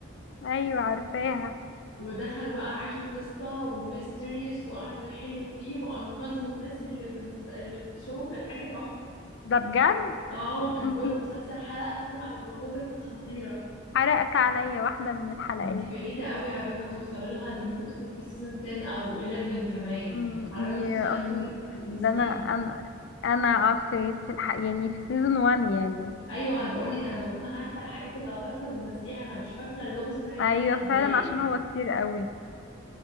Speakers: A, on the left (about 60°); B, on the left (about 80°).
A: ايوه عارفاها
B: ودخلوا بقى عاشوا قصة وميستيريوس وقعدوا يحلوا فيه وأنقذوا الناس اللي في المس... اللي في الشو كانت حاجة تحفة
A: ده بجد
B: اه كان
A: انتي
B: جوه المسلسل حلقة كاملة عن الموضوع ده كانت خطيرة
A: حرقت عليا واحده من الحلقات
B: دي بعيدة قوي على بال ما توصلي لها دي ممكن تكون في سيزون 10 أو 11 كمان
A: أمم،
B: على بال
A: يا
B: ما توصلي لها
A: الله
B: تكوني نسيتيها
A: ده انا انا انا في في الح... يعني في سيزون 1 يعني
B: ايوه انا بقول لك انا بكون عارفه الحاجات اللي هتحصل ونسيها انا مش فاكره اللغز ده هيتحل
A: ايوه فعلا
B: ازاي
A: عشان هو كتير قوي